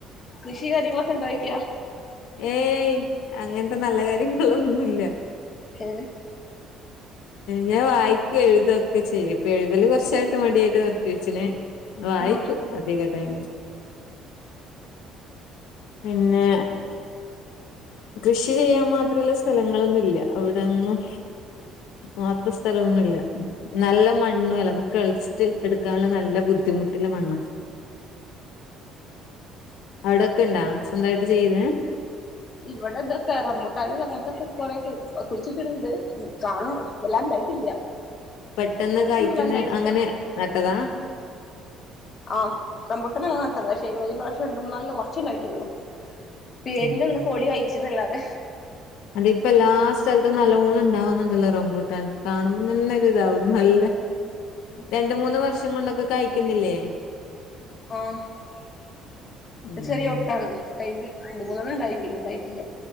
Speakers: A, on the left; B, on the left.
A: കൃഷി കാര്യങ്ങളൊക്കെ ഇണ്ടോ യിക്ക
B: ഏയ് അങ്ങനത്തെ നല്ല കാര്യങ്ങളൊന്നുല്ല
A: ഹെ
B: ഞാൻ വായിക്കും എഴുതൊക്കെ ചെയ്യും ഇപ്പൊ എഴുതല് കൊർച്ചായിട്ട് മടിയായിട്ട് നിർത്തി വെച്ച്ണ് വായിക്കും
A: ആഹ്
B: അധിക ടൈമില് പിന്നെ കൃഷി ചെയ്യാൻ മാത്രള്ള സ്ഥലങ്ങളൊന്നുല്ല അവിടെന്നും മാത്ര സ്ഥലൊന്നുല്ല നല്ല മണ്ണു അല്ല നമുക്ക് കെളച്ചിട്ട് എടുക്കാനുള്ള നല്ല ബുദ്ധിമുട്ടുള്ള മണ്ണാ അവിടൊക്ക ഇണ്ടാ സ്വന്തായിട്ട് ചെയ്തെ
A: ഇവിടെ ഇതൊക്കെ റംബൂട്ടാന് അങ്ങത്തൊക്ക കൊറെക്കെ കുഴിച്ചിട്ടുണ്ട് കാണും വെല്ലാം ണ്ടായിട്ടില്ല
B: പെട്ടെന്ന്
A: ഫ്രൂട്ട്സ്ന്നും
B: കായ്ക്കുന്ന
A: വല്ലാണ്ടായിട്ടില്ല.
B: അങ്ങനെ നട്ടതാ?
A: ആഹ് റംബൂട്ടാൻ അങ്ങനെ നട്ടതാ ശേ അയ്മല് ഈ പ്രാവശ്യം രണ്ട് മൂന്നാൽണ്ണം കൊർച്ചേ ഇണ്ടായിട്ടുള്ളൂ. പേരിനൊന്ന്
B: ഉം
A: ഒന്ന് കോഴി കഴ്ച്ചുന്നല്ലാതെ.
B: അത് ഇപ്പല്ലാ സ് ൽത്തും നല്ലോണം ഇണ്ടാവുന്നുണ്ടല്ലോ റംബൂട്ടാൻ കാണുമ്പോ തന്നെ ഒരു ഇതാവും നല്ല.
A: ഉം
B: രണ്ട് മൂന്ന് വർഷം കൊണ്ടൊക്കെ കായിക്കുന്നില്ലേ?
A: ആഹ്
B: ഉം
A: ചെറിയ ഒട്ടാണ് ടൈമില് രണ്ട് മൂന്നെണ്ണം ഇണ്ടായി പിന്നെ ഇണ്ടായിട്ടില്ല